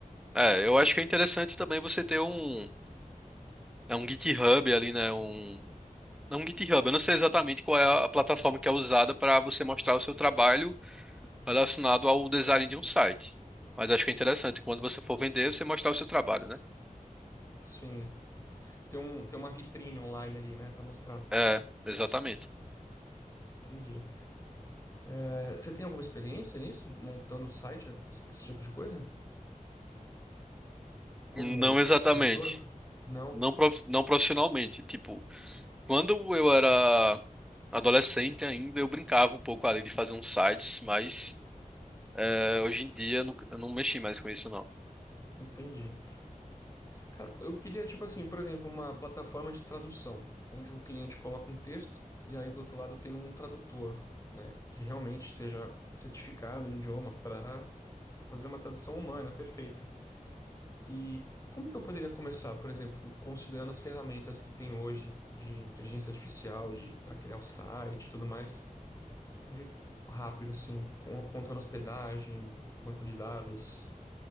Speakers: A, in the centre; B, on the left (about 25°).
A: É, eu acho que é interessante também você ter um, é um GitHub ali, né? Um, não um GitHub, eu não sei exatamente qual é a a plataforma que é usada para você mostrar o seu trabalho relacionado ao design de um site. Mas acho que é interessante quando você for vender, você mostrar o seu trabalho, né?
B: Sim. Tem um, tem uma vitrine online ali, né, Pra mostrar.
A: É, exatamente.
B: Entendi. É, você tem alguma experiência nisso, montando site, esse esse tipo de coisa? Como
A: Não
B: empreendedor?
A: exatamente.
B: Não,
A: Não, prof- não profissionalmente. Tipo, Quando eu era adolescente ainda, eu brincava um pouco ali de fazer uns sites, mas é, hoje em dia eu não, eu não mexi mais com isso, não.
B: entendi. Cara, eu queria, tipo assim, por exemplo, uma plataforma de tradução, onde um cliente coloca um texto e aí do outro lado tem um tradutor, né, que realmente seja certificado no idioma para Fazer uma tradução humana, perfeita. E como que eu poderia começar, por exemplo, considerando as ferramentas que tem hoje de inteligência artificial, de para criar o site e tudo mais, de um jeito rápido, assim, com- contando hospedagem, banco de dados.